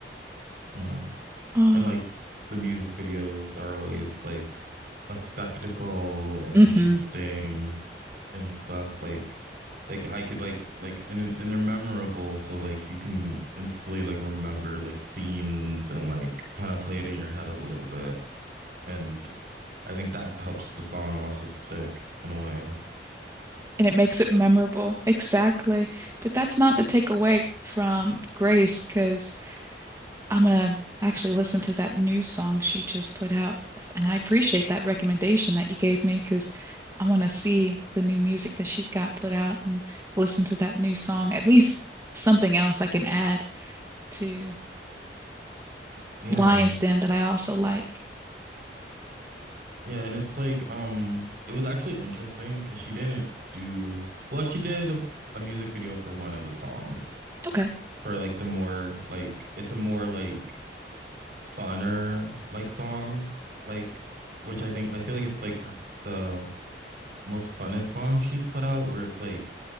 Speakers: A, on the right; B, on the right.
A: Yeah,
B: Oh,
A: and like the music videos are always like a spectacle and
B: hmm
A: interesting and stuff like like I could like like and it- and they're memorable so like you can instantly like remember like scenes and like kind of play it in your head a little bit and I think that helps the song also stick in a way.
B: And it makes it memorable. Exactly. But that's not the takeaway from Grace, because I'm gonna actually listen to that new song she just put out. And I appreciate that recommendation that you gave me because I want to see the new music that she's got put out and listen to that new song. At least something else I can add to
A: Yeah.
B: Lion's Den that I also like.
A: Yeah, and it's like um it was actually interesting because she didn't do well, she did a music video for one of the songs
B: Okay.
A: for like the more like it's a more like funner like song, like which I think I feel like it's like her- the most funnest song she's put out, where it's like